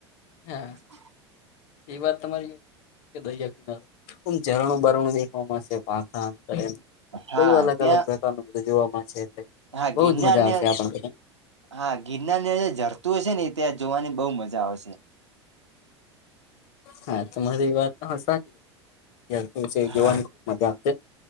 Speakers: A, on the right (about 80°); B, on the left (about 45°).
A: <inaudible>
B: હા એ વાત તમારી કે દરિયા કિનારો આમ રણું બારણું દેખવાવામાં છે પાખા અર એમ
A: હા
B: બધું અલગ
A: ત્યાં
B: અલગ પ્રકાર ન બધું જોવા મળે એટ
A: હા
B: બઉુ
A: ગિરનારને
B: જ મજા આવશે આપણધ
A: હા ગિરનાર જરતું હશે ને ત્યાં જોવાની બહુ મજા આવશે
B: હા તો મરી એ વાત સારી ત જીવાની
A: હા
B: ખબ મજા આવશે